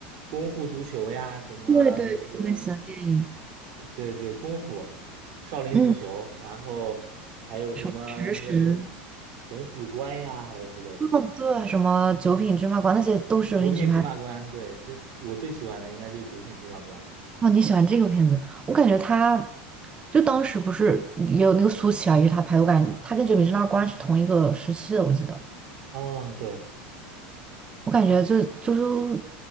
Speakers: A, on the right; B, on the right.
A: 功夫足球呀，什么那个
B: 对对，是类似的电影，
A: 对对功夫、少林足球，
B: 嗯，
A: 然后还有什么那个神
B: 什么食神，
A: 神死关呀，还有之类的
B: 嗯，对，什么九品芝麻官，那些都是周星驰拍的
A: 九品芝麻官，对，这我最喜欢的应该就是九品芝麻官。
B: 哦，你喜欢这个片子？我感觉他，就当时不是也有那个苏乞儿也是他拍的，我感觉他跟九品芝麻官是同一个时期的，我记得。
A: 嗯，对，
B: 我感觉就是周周